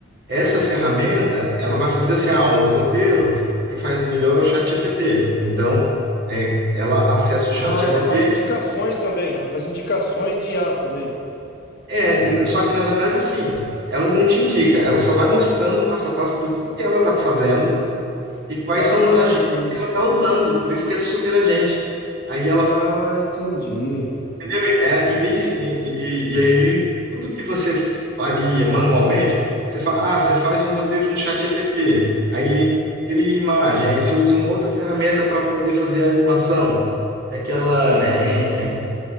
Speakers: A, on the right; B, on the left.
A: Essa ferramenta, ela vai fazer assim, ah, o roteiro, quem faz melhor é o ChatGPT. Então, é, ela acessa o ChatGPT,
B: Ah, ela faz indicações também. Ela faz indicações de I as também.
A: é, n- só que na verdade assim, ela não te indica, ela só vai mostrando o passo a passo do que que ela está fazendo e quais
B: Ah,
A: são os agentes
B: sim.
A: que ela está usando. Por isso que é super agente. Aí ela
B: Ah, entendi.
A: Entendeu? É, em vez de- e, e- e aí, tudo que você faria manualmente, você fa, ah, você faz um roteiro no ChatGPT, aí cria imagem, aí você usa uma outra ferramenta para poder fazer a animação, que é aquela,
B: Ah,
A: é, é,